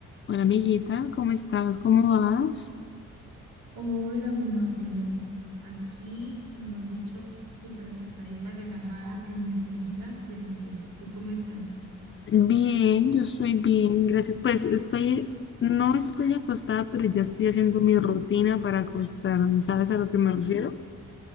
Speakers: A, on the left; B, on the right.
A: Hola, amiguita, ¿cómo estás? ¿Cómo vas?
B: Hola, mi mafe, no. Aquí, mejor dicho, súper acostadita, relajada en mis cobijitas, delicioso. ¿Tú cómo estás?
A: Bien, yo estoy bien, gracias. Pues estoy, no estoy acostada, pero ya estoy haciendo mi rutina para acostarme. ¿Sabes a lo que me refiero?